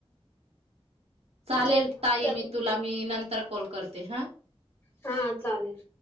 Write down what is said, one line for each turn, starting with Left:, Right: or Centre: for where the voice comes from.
Right: चालेल
Left: केलं
Right: ताई
Left: का
Right: मी
Left: तुम्ही
Right: तुला मी नंतर कॉल करते हा.
Left: हा चालेल.